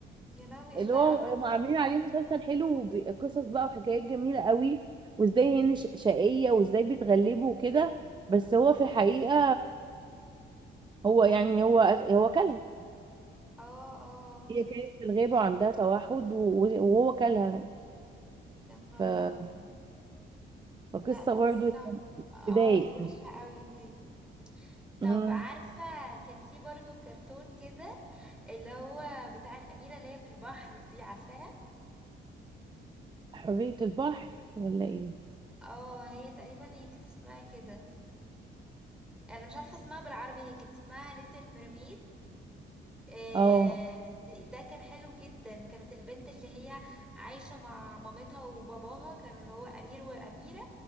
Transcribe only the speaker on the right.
اللي
هو
هم عاملين
عليه مسلسل حلو وقصص بقى وحكايات جميلة قوي وازاي هن ش- شقية وازاي بيتغلبوا وكده بس هو في الحقيقة هو يعني هو هو كلها
هي كانت في الغابة وعندها توحد و- وهو كلها
ف-
فقصة
برضو
يعني
تضايق
أمم،
حرية البحر ولا ايه
اه